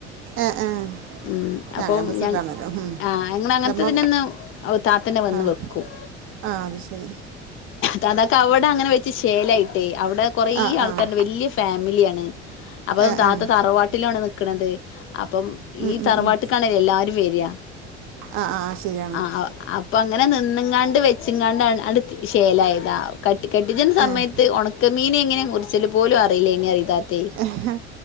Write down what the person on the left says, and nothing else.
ഉം അപ്പം
ഞങ്
ആഹ് ഞങ്ങളെ അങ്ങൻത്തെതിൻ്റന്ന്
താത്തന്നെ വന്ന്
വെക്കും.
താത്താക്ക് അവ്ടെ അങ്ങനെ വെച്ച് ഷേലായിട്ടേ അവ്ടെ കൊറേ
ആൾക്കാര്ണ്ട്.
വല്യ ഫാമിലിയാണ്. അപ്പം
താത്ത
തറവാട്ടിലാണ് നി ത്. അപ്പം
ഈ തറവാട്ട്ക്കാണല്ലോ
എല്ലാരും വര്വാ.
ആഹ് അപ്പങ്ങനെ നിന്നുംങ്ങാണ്ട് വെച്ചുംങ്ങാണ്ട് ആണ്ട് ശേലായതാ. കട്ടി കെട്ടിച്ച്ണ സമയത്ത്
ഒണക്കമീനെങ്ങനെ മുറിച്ചല് പോലും അറിയില്ലേനി പറിം താ ത്തെ.